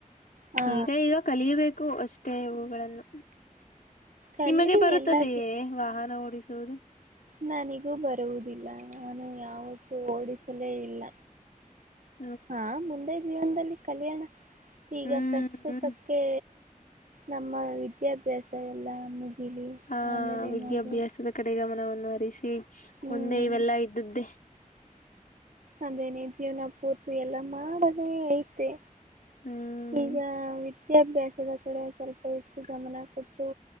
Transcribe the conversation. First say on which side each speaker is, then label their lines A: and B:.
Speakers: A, on the right; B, on the left.
A: ಹಾ
B: ಈಗ ಈಗ ಕಲಿಯಬೇಕು ಅಷ್ ತ್ತೆ ಇವುಗಳನ್ನು
A: ಕಲೀರಿ
B: ನಿಮಗೆ ಬರುತ್ತದೆಯೇ
A: ಎಲ್ಲಾ
B: ವಾಹನ ಓಡಿಸುವುದು.
A: ನನಿಗೂ ಬರುವುದಿಲ್ಲ ನಾನು ಯಾವತ್ತೂ ಓಡಿಸಲೇ ಇಲ್ಲ.
B: ಹ್
A: ಹಾ ಮುಂದೆ ಜೀವನದಲ್ಲಿ ಕಲಿಯೋಣ ಈಗ
B: ಹ್ಮ್
A: ಪ್ರಸ್ತುತಕ್ಕೆ
B: ಹ್ಮ್
A: ನಮ್ಮ ವಿದ್ಯಾಭ್ಯಾಸ ಎಲ್ಲ ಮುಗಿಲಿ
B: ಹಾ
A: ಆಮೇಲೆ
B: ವಿದ್ಯಾಭ್ಯಾಸದ
A: ನೋಡು
B: ಕಡೆ ಗಮನವನ್ನು ಹರಿಸಿ
A: ಹ್ಮ್
B: ಮುಂದೆ ಇವೆಲ್ಲಾ ಇದ್ದಿದ್ದೆ.
A: ಅದೇನೆ ಜೀವನ ಪೂರ್ತಿ ಎಲ್ಲ ಮಾಡದೇ ಐತೆ.
B: ಹ್ಮ್
A: ಈಗ ವಿದ್ಯಾಭ್ಯಾಸದ ಕಡೆ ಸ್ವಲ್ಪ ಹೆಚ್ಚು ಗಮನ ಕೊಟ್ಟು